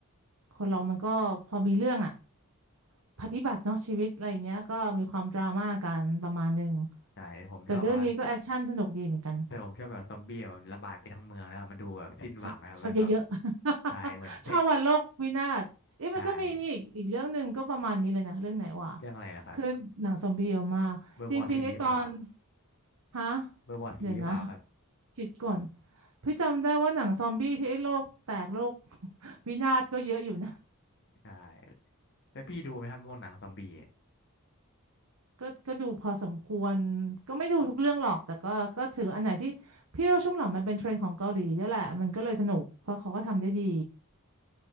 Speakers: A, on the right; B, on the left.
A: คนเรามันก็พอมีเรื่องอะภัยพิบัติเนาะชีวิตอะไรอย่างเงี้ยก็มีความดราม่ากันประมาณหนึ่ง
B: ใช่ผมชอบแบบว่า
A: แต่เรื่องนี้ก็แอคชั่นสนุกดีเหมือนกัน
B: แต่ผมชอบแบบซอมบี้อะมันระบาดไปทั้งเมืองแล้วมันดูแบบสิ้นหวังนะมันแบบ
A: ชอบชอบเยอะๆ
B: ใช่เหมือนเตะ
A: <laughs> ชอบวันโลกวินาศเอ๊ะมันก็มีนี่อีกอีกเรื่องหนึ่งก็ประมาณนี้เลยนะเรื่องไหนวะ
B: ใช่เรื่องอะไรล่ะครับ
A: คือหนังซอมบี้เยอะมากจริงๆไอ้ตอน
B: เบอร์วอซีหรือเปล่า
A: ฮะ
B: เบอร์วอซีหรือเปล่าครับ
A: เดี๋ยวนะคิดก่อน พี่จำได้ว่าหนังซอมบี้ที่ไอ้โลกแตกโลก <laughs> วินาศก็เยอะอยู่นะ
B: ใช่แล้วพี่ดูไหมครับพวกหนังซอมบี้
A: ก็ก็ดูพอสมควรก็ไม่ดูทุกเรื่องหรอกแต่ก็ก็ถืออันไหนที่พี่ว่าช่วงหลังมันเป็นเทรนด์ของเกาหลีเยอะแหละมันก็เลยสนุกเพราะเขาก็ทำได้ดี